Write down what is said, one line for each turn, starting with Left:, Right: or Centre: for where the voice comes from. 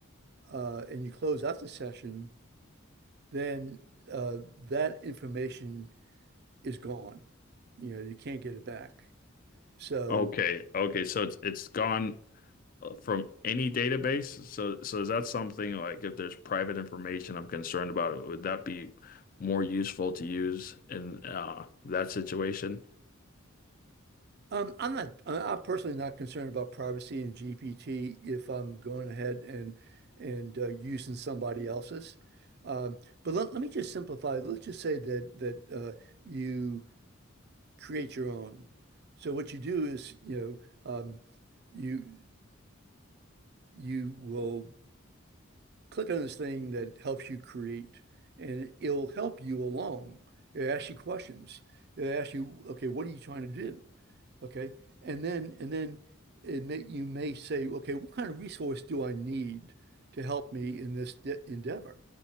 Right: uh, and you close out the session, then uh, that information is gone. You know, you can't get it back. So
Left: Okay, okay, so it's it's gone uh, from any database. So so is that something like if there's private information I'm concerned about, would that be more useful to use in uh, that situation?
Right: um, I'm not, I- am personally not concerned about privacy in GPT if I'm going ahead and and uh, using somebody else's. Um, but let, let me just simplify. Let's just say that that uh, you create your own. So what you do is, you know, um, you you will click on this thing that helps you create, and it'll help you along. It asks you questions. It asks you, okay, what are you trying to do? Okay. And then and then it may you may say, okay, what kind of resource do I need to help me in this de endeavor?